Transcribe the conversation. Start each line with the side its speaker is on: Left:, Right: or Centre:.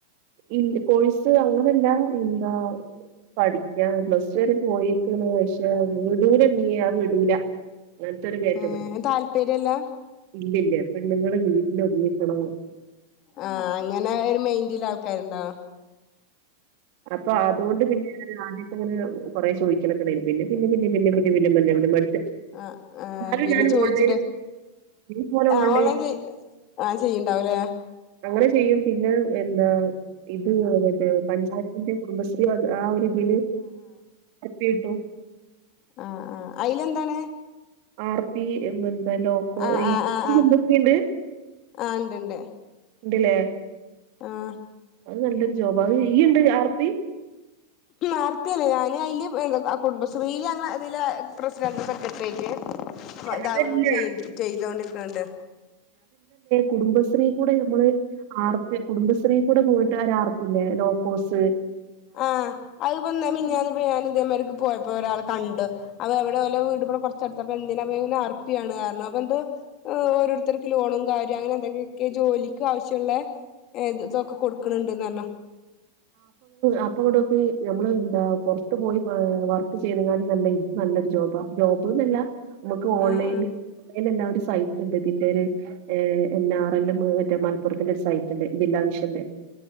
Right: ഇല്ല കോഴ്സ് അങ്ങനല്ല എന്താ പഠിക്കാ പ്ലസ് ടു വരെ പോയീക്കണ്‌ പഷേ <unintelligible> വിടൂല അങ്ങനത്തെ ഒരു കാറ്റഗറി
Left: ഏഹ് താല്പര്യല്ല
Right: ഇല്ലില്ല പെണ്ണുങ്ങള് വീട്ടി ലൊതുങ്ങി നിക്കണം
Left: ആ അങ്ങനെ ഒരു മൈൻഡിലാ <unintelligible>
Right: അപ്പം അതുകൊണ്ട് പിന്നെ ആദ്യം അങ്ങനെ കൊറെ ചോയിക്കലൊക്കെ ഉണ്ടായിന് പിന്നെ പിന്നെ പിന്നെ <unintelligible>
Left: ആ ആ
Right: എന്നാലും
Left: പിന്നെ
Right: ഞാൻ
Left: ചോയ്ച്ചിട്ട്
Right: ഓൺലൈനിൽ ഇതുപോലെ
Left: ആ
Right: ഓൺലൈനിൽ
Left: ഓൺലൈൻ ചെയ്യ് ആ ചെയ്യുന്നുണ്ടാവും അല്ലേ
Right: അങ്ങനെ ചെയ്യും പിന്നെ എന്താ ഇത് മറ്റേ പഞ്ചായത്തിന്റെ കുടുംബശ്രീ വക ആ ഒരു ഇതില് <unintelligible> ട്ടും
Left: അഹ് അയ്ലെന്താണ്
Right: ആ ർ പി എന്നത് ലൊ കോഴി
Left: ആഹ് ആഹ് ആഹ്
Right: പിന്നെന്തെക്കെണ്ട്
Left: ആഹ് ആഹ് ഇണ്ട്ണ്ട്
Right: ഇണ്ട് ലേ
Left: ആഹ്
Right: അത് നല്ലൊരു ജോബാ ഈ ഈയുണ്ടോ R P
Left: R P അല്ല ഞാന് അയ്ല് കുടുംബശ്രീല് അങ്ങളെതില് പ്രസിഡന്റും ‌, സെക്കട്ട്രിയയ്റ്റ് ഇതാവുണ്
Right: അതല്ല
Left: ചെയ്തോണ്ടിരിക്ക്ണ് ണ്ട്
Right: കുടുംബശ്രീക്കൂടെ നമ്മള് ആർ പി, കുടുംബശ്രീ ക്കൂടെ പോയിട്ട് ഒരാർ പില്ലേ ലൊ കോസ്
Left: ആ അത്പ്പം മിഞ്ഞാന്ന് ഞാന് തേമാരിക്ക് പോയപ്പൊരാളെ കണ്ടു അപെ എവിടെ ഓലെ വീട് ബ ടെ കൊർ ചട്ത് അപ്പെന്തിനാ ങ്ങനെ ആർപി ആണ് അറ്ഞ്ഞു അപ്പെന്തോ ഓരോര്ത്തര്ക്ക് ല്ല ഓണൊകാര്യാ അങ്ങനെ ന്തൊ <unintelligible> ഈ ജോലിക്കാവശ്യള്ളെ എഹ് ഇത് തൊക്കെ കൊടുക്ക്ണ് ണ്ട് ന്ന റ്ന്ന
Right: അപ്പങ്ങട്ടോക്ക് ഞമ്മള് ന്താ പൊർ ത്ത് പോയി പ വർക്ക് ചെയ്യ് ണ ക്കാട്ടി നല്ലത് ജോബാ ജോബ്ന്നല്ല മ്മക്ക് ഓൺലൈൻല്
Left: ആഹ്
Right: അയ്നെ സൈറ്റ്ണ്ട് തിന്റൊരു എന്നാ റെല്ല് പോലെ മറ്റേ മലപ്പുറത്തിന്റെ ഒരു സൈറ്റുണ്ട് ജില്ലാ മിഷന്റെ